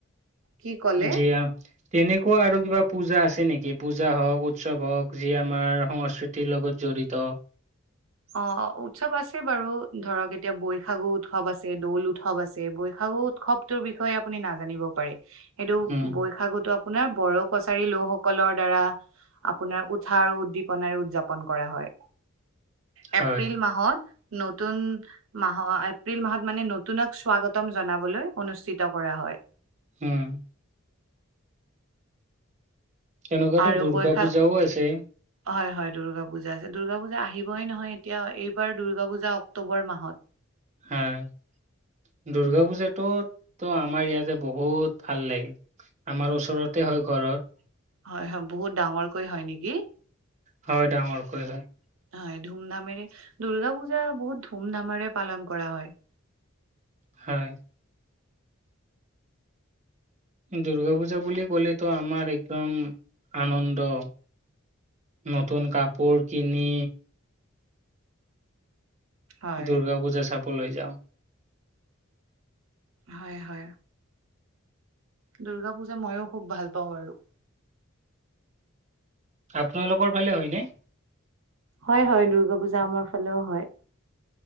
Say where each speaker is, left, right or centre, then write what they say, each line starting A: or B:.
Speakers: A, on the right; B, on the right.
A: কি ক'লে
B: যি অ তেনেকুৱা আৰু কিবা পূজা আছে নেকি? পূজা হওক, উৎসৱ হওক, যি আমাৰ সংস্কৃতি- লগত জড়িত।
A: অ উৎসৱ আছে বাৰু, ধৰক এতিয়া বৈশাগু উৎসৱ আছে, দৌল উৎসৱ আছে, বৈশাগু উৎসৱ- টো বিষয়ে আপুনি নাজানিব পাৰে। সেইটো
B: উম
A: বৈশাগুতো- আপোনাৰ বড়ো কছাৰী লোকসকলৰ দ্বাৰা, আপোনাৰ উঠা আৰু উদ্দীপনাৰে উদযাপন কৰা হয়। এপ্ৰিল
B: হয়
A: মাহত নতুন, মাহ এপ্ৰিল মাহত মানে নতুনক স্বাগতম জনাবলৈ অনুষ্ঠিত কৰা হয়।
B: উম। তেনেকুৱাতো
A: আৰু
B: দুৰ্গা
A: বৈশাখ
B: পূজাও আছে।
A: হয় হয় দুৰ্গা পূজা আছে, দুৰ্গা পূজা আহিবই নহয় এতিয়া, এইবাৰ দুৰ্গা পূজা অক্টোবৰ মাহত।
B: হয়। দূৰ্গা পূজাটো তো আমাৰ ইয়াতে বহুত ভাল লাগে। আমাৰ ওচৰতে হয় ঘৰত।
A: হয় হয়, বহুত ডাঙৰকৈ হয় নেকি?
B: হয় ডাঙৰ কৈ হয়।
A: হয় ধুম ধামেৰে। দুৰ্গা পূজা বহুত ধুম ধামেৰে পালন কৰা হয়।
B: হয়। দুৰ্গা পূজা বুলি ক'লেতো আমাৰ একদম আনন্দ। নতুন কাপোৰ কিনি,
A: হয়
B: দূৰ্গা পূজা চাবলৈ যাওঁ।
A: হয় হয়। দুৰ্গা পূজা মইয়ো খুব ভাল পাওঁ আৰু।
B: আপোনালোকৰ ফালে হয়নে?
A: হয় হয়, দুৰ্গা পূজা আমাৰ ফালেও হয়।